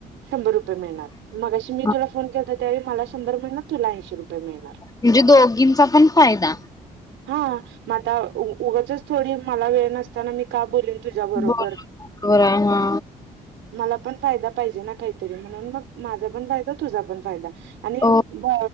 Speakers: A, on the right; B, on the left.
A: शंभर रुपये मिळणार. मगाशी मी
B: हा
A: तुला फोन केलता तर त्यावेळी मला शंभर म्हणलं, तुला ऐंशी रुपये मिळणार.
B: म्हणजे दोघींचा पण फायदा.
A: हा म आता उगचच थोडी मला वेळ नसताना मी का बोलेन तुझ्याबरोबर?
B: बरोबर आहे हा
A: मलापण फायदा पाहिजे ना काही. म्हणून मग माझापण फायदा, तुझा पण फायदा. आणि
B: ओके
A: ब